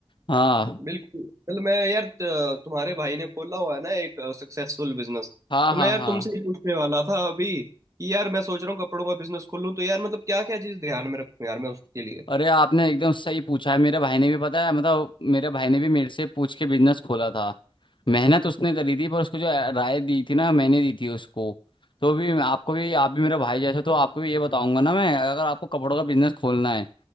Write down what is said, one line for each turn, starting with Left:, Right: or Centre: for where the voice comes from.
Left: हाँ
Right: बिल्कुल कल मैं यार त- तुम्हारे भाई ने खोला हुआ है ना एक सक्सेसफुल बिजनेस
Left: हाँ
Right: तो
Left: हाँ
Right: मैं यार
Left: हाँ
Right: तुमसे ही पूछने वाला था अभी कि यार मैं सोच रहा हूँ कपड़ों का बिजनेस खोलूँ तो यार मतलब क्या क्या चीज़ ध्यान में रखूँ यार मैं उसके लिए
Left: अरे आपने एकदम सही पूछा है मेरे भाई ने भी पता है मतलब मेरे भाई ने भी मेरे से पूछ के बिजनेस खोला था मेहनत उसने करी थी पर उसको जो राय दी थी ना मैंने दी थी उसको तो भी आपको भी आप भी मेरा भाई जैसे हो, तो आपको भी ये बताऊंगा ना मैं अगर आपको कपड़ों का बिजनेस खोलना है